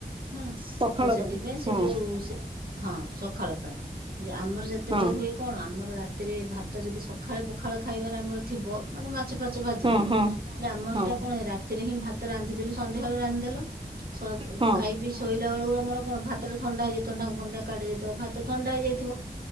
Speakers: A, on the right; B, on the right.
A: ହେଲା
B: ସକାଳ
A: ତସେଥିପାଇଁ
B: ପାଇଁ
A: ସେଯୋଉ
B: ହଁ
A: ସେ ହଁ ସକାଳ ପାଇଁ ଯେ ଆମର ଯେତେବେଳେ
B: ହଁ
A: ହୁଏ କଣ ଆମର ରାତିରେ ଭାତ ଯଦି ସ ମଖାଳେ ପଖାଳ ଖାଇବାରେ ଆମର ଥିବ ମାନେ ମାଛ ଫାଛ ଭାଜିକି
B: ହଁ ହଁ
A: ତାହଲେ ଆମର
B: ହଁ
A: ସେଟା କଣ ରା ସେତିରେହିଁ ଭାତ ରାନ୍ଧିଦେଲୁ ସନ୍ଧ୍ୟାବେଳୁ ରାନ୍ଧି ଦେଲ ସ
B: ହଁ
A: ଖାଇ ପିଇ ଶୋଇଲା ବେଳକୁ ତମର କଣ ଭାତଟା ଥଣ୍ଡା ହେଇଯଥିବ ଢାଙ୍କୁଣିଟା କାଢି ଯାଇଥିବ ଭାତ ଥଣ୍ଡା ହେଇଯାଇଥିବ